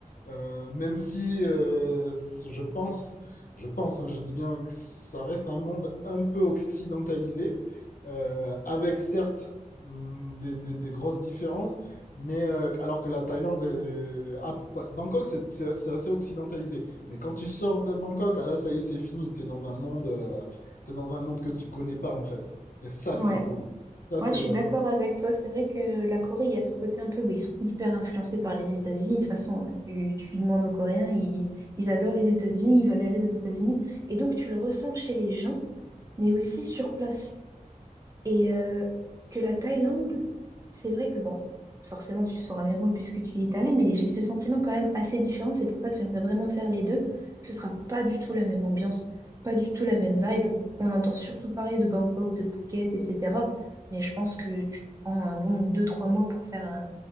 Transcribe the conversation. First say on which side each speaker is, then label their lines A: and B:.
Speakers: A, on the left; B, on the right.
A: Euh, même si euh, c- je pense je pense hein, je dis bien que ça reste un monde un peu occidentalisé euh, avec certes mm, des des- des grosses différences. Mais euh, alors que la Thaïlande, est- à- Bangkok, c'est c'est- c'est assez occidentalisé. Mais quand tu sors de Bangkok, ah là, ça y est, c'est fini. T'es dans un monde, euh, t'es dans un monde que tu connais pas en fait. Et ça,
B: Ouais.
A: c'est cool. Ça,
B: Ouais,
A: c'est
B: je suis
A: vraiment.
B: d'accord avec toi. C'est vrai que la Corée, il y a ce côté un peu, bah, ils sont hyper influencés par les États-Unis. De toute façon, hein, tu, tu demandes aux Coréens, ils, ils adorent les États-Unis, ils veulent aller aux États-Unis. Et donc, tu le ressens chez les gens, mais aussi sur place. Et euh, que la Thaïlande, c'est vrai que bon, forcément tu sauras mieux que moi puisque tu y es allé, mais j'ai ce sentiment quand même assez différent. C'est pour ça que j'aimerais vraiment faire les deux. Ce sera pas du tout la même ambiance, pas du tout la même vibe. On entend surtout parler de Bangkok, de Phuket, etc. Mais je pense que tu te prends un bon deux, trois mois pour faire un,